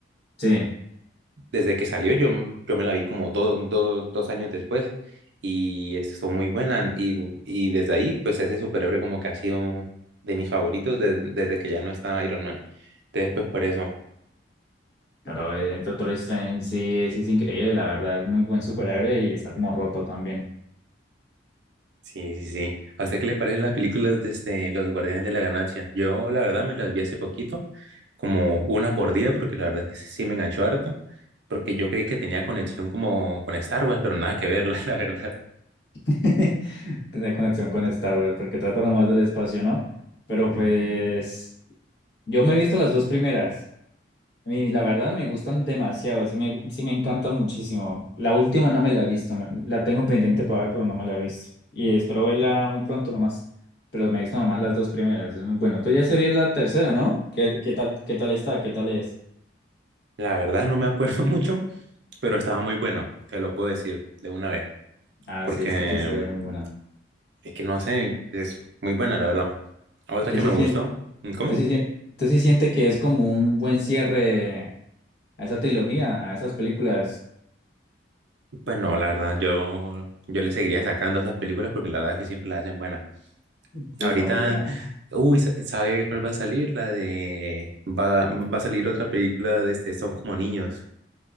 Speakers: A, on the left (about 60°); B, on the right (about 65°).
A: Sí,
B: desde que salió, yo, yo me la vi como do- do- dos años después y estuvo muy buena. Y, y desde ahí, pues ese superhéroe como que ha sido de mis favoritos de- desde que ya no está Iron Man. Entonces, pues por eso.
A: claro, eh, el Doctor Strange sí, es es increíble, la verdad. Es muy buen superhéroe y está como roto también.
B: Sí, sí, sí. ¿A usted qué le parecen las películas de este, Los Guardianes de la Galaxia? Yo, la verdad, me las vi hace poquito, como una por día, porque la verdad es que sí, sí me enganchó harto, porque yo creí que tenía conexión como con Star Wars, pero nada que ver, <laughs> la verdad.
A: <laughs> Tiene conexión con Star Wars, porque trata nomás del espacio, ¿no? Pero pues,
B: Ujú.
A: yo me he visto las dos primeras. A mí, la verdad, me gustan demasiado, sí me, sí me encantan muchísimo. La última no me la he visto, me- la tengo pendiente para ver, pero no me la he visto. Y espero verla muy pronto nomás. Pero me he visto nomás las dos primeras, es muy bueno. Tú ya se vio la tercera, ¿no? ¿Qué, qué tal, qué tal está? ¿Qué tal es?
B: La verdad no me acuerdo <laughs> mucho, pero estaba muy buena, se lo puedo decir de una vez,
A: Ah,
B: porque
A: sí, es que sí se
B: mm,
A: ve muy buena.
B: es que no sé, es muy buena, la verdad. Otra
A: Te
B: que
A: sí
B: me
A: sien-
B: gustó, mm, ¿cómo?
A: te sí sien- te sí siente que es como un buen cierre a esa trilogía, a esas películas.
B: Pues no, la verdad, yo, yo le seguiría sacando a esas películas porque la verdad es que siempre las hacen buenas.
A: Sí,
B: Ahorita,
A: está muy buena.
B: uy, sa- ¿sabe cuál va a salir? La de, va, va a salir otra película de este, Son como niños,